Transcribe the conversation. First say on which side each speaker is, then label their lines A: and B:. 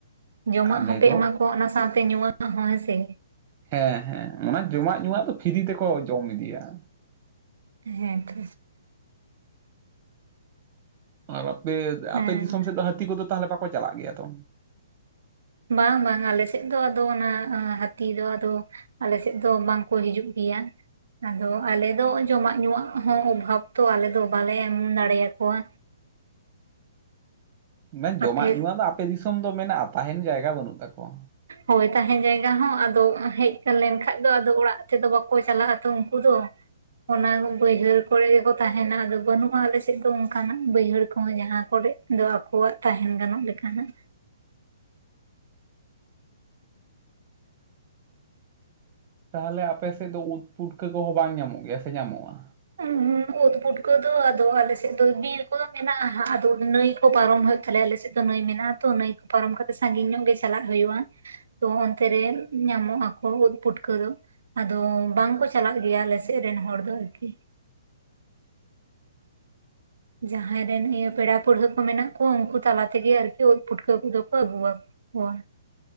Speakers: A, on the right (about 70°); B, on the right (about 35°).
A: ᱡᱚᱢᱟᱜ
B: ᱟᱞᱮ
A: ᱦᱚᱸᱯᱮ
B: ᱫᱚ
A: ᱮᱢᱟ ᱠᱚᱣᱟ ᱚᱱᱟ ᱥᱟᱶᱛᱮ ᱧᱩᱣᱟᱜ ᱦᱚᱸ ᱦᱮᱸᱥᱮ
B: ᱦᱮᱸ ᱦᱮᱸ ᱚᱱᱟ ᱡᱚᱢᱟᱜ ᱧᱩᱣᱟᱜ ᱫᱚ ᱯᱷᱤᱨᱤ ᱛᱮᱠᱚ ᱡᱚᱢ ᱤᱫᱤᱭᱟ ᱾
A: ᱦᱮᱸᱛᱚ
B: ᱟᱨ ᱟᱯᱮ
A: ᱦᱮᱸ
B: ᱟᱯᱮ ᱫᱤᱥᱚᱢ ᱥᱮᱫ ᱫᱚ ᱦᱟᱹᱛᱤ ᱠᱚᱫᱚ ᱛᱟᱦᱚᱞᱮ ᱵᱟᱠᱚ ᱪᱟᱞᱟᱜ ᱜᱮᱭᱟ ᱛᱚ
A: ᱵᱟᱝ ᱵᱟᱝ ᱟᱞᱮᱥᱮᱫ ᱫᱚ ᱟᱫᱚ ᱚᱱᱟ ᱦᱟᱛᱤ ᱫᱚ ᱟᱫᱚ ᱟᱞᱮ ᱥᱮᱫ ᱫᱚ ᱵᱟᱝᱠᱚ ᱦᱤᱡᱩᱜ ᱜᱮᱭᱟ ᱟᱫᱚ ᱟᱞᱮ ᱫᱚ ᱡᱚᱢᱟᱜ ᱧᱩᱣᱟᱜ ᱦᱚᱸ ᱚᱵᱷᱟᱵᱽ ᱛᱚ ᱟᱞᱮ ᱫᱚ ᱵᱟᱞᱮ ᱮᱢ ᱫᱟᱲᱮᱭᱟ ᱠᱚᱣᱟ
B: ᱢᱮᱱ ᱡᱚᱢᱟᱜ
A: ᱟᱯᱮ
B: ᱧᱩᱣᱟᱜ ᱫᱚ ᱟᱯᱮ ᱫᱤᱥᱚᱢ ᱫᱚ ᱢᱮᱱᱟᱜᱼᱟ ᱛᱟᱦᱮᱱ ᱡᱟᱭᱜᱟ ᱵᱟᱹᱱᱩᱜ ᱛᱟᱠᱚᱣᱟ
A: ᱦᱳᱭ ᱛᱟᱦᱮᱸ ᱡᱟᱭᱜᱟ ᱦᱚᱸ ᱟᱫᱚ ᱦᱮᱡ ᱞᱮᱱᱠᱷᱟᱱ ᱫᱚ ᱚᱲᱟᱜ ᱛᱮᱫᱚ ᱵᱟᱠᱚ ᱪᱟᱞᱟᱜ-ᱟ ᱛᱚ ᱩᱱᱠᱩ ᱫᱚ ᱚᱱᱟ ᱵᱟᱹᱭᱦᱟᱹᱲ ᱠᱚᱨᱮ ᱜᱮᱠᱚ ᱛᱟᱦᱮᱱᱟ ᱟᱫᱚ ᱵᱟᱹᱱᱩᱜᱼᱟ ᱟᱞᱮᱥᱮᱫ ᱫᱚ ᱚᱱᱠᱟᱱᱟᱜ ᱵᱟᱹᱭᱦᱟᱹᱲ ᱠᱚᱦᱚᱸ ᱡᱟᱦᱟᱸ ᱠᱚᱨᱮ ᱫᱚ ᱟᱠᱚᱣᱟᱜ ᱛᱟᱦᱮᱱ ᱜᱟᱱᱚᱜ ᱞᱮᱠᱟᱱᱟᱜ ᱾
B: ᱛᱟᱦᱟᱞᱮ ᱟᱯᱮ ᱥᱮᱫ ᱫᱚ ᱳᱫ ᱯᱩᱴᱠᱟᱹ ᱠᱚᱦᱚᱸ ᱵᱟᱝ ᱧᱟᱢᱚᱜ ᱜᱮᱭᱟ ᱥᱮ ᱧᱟᱢᱚᱜᱼᱟ
A: <unintelligible> ᱳᱫ ᱯᱩᱴᱠᱟᱹ ᱫᱚ ᱟᱫᱚ ᱟᱞᱮᱥᱮᱫ ᱫᱚ ᱵᱤᱨ ᱠᱚᱫᱚ ᱢᱮᱱᱟᱜᱼᱟ ᱦᱟᱸᱜ ᱟᱫᱚ ᱱᱟᱹᱭ ᱠᱚ ᱯᱟᱨᱚᱢ ᱦᱳᱭᱳᱜ ᱛᱟᱞᱮᱭᱟ ᱟᱞᱮᱥᱮᱫ ᱫᱚ ᱱᱟᱹᱭ ᱢᱮᱱᱟᱜᱼᱟ ᱛᱚ ᱱᱟᱹᱭ ᱠᱚ ᱯᱟᱨᱚᱢ ᱠᱟᱛᱮᱜ ᱥᱟᱺᱜᱤᱧ ᱧᱚᱜ ᱜᱮ ᱪᱟᱞᱟᱜ ᱦᱳᱭᱳᱜᱼᱟ ᱛᱚ ᱚᱱᱛᱮ ᱨᱮ ᱧᱟᱢᱚᱜ ᱟᱠᱚ ᱳᱫ ᱯᱩᱴᱠᱟᱹ ᱫᱚ ᱟᱫᱚ ᱵᱟᱝᱠᱚ ᱪᱟᱞᱟᱜ ᱜᱮᱭᱟ ᱟᱞᱮᱥᱮᱫ ᱨᱮᱱ ᱦᱚᱲ ᱫᱚ ᱟᱹᱨᱠᱤ ᱡᱟᱦᱟᱸᱭ ᱨᱮᱱ ᱤᱭᱟᱹ ᱯᱮᱲᱟ ᱯᱟᱹᱲᱦᱟᱹ ᱠᱚ ᱢᱮᱱᱟᱜ ᱠᱚᱣᱟ ᱩᱝᱠᱩ ᱛᱟᱞᱟ ᱛᱮᱜᱮ ᱟᱨᱠᱤ ᱳᱫ ᱯᱩᱴᱠᱟᱹ ᱠᱚᱫᱚ ᱠᱚ ᱟᱹᱜᱩᱣᱟ ᱠᱚᱣᱟ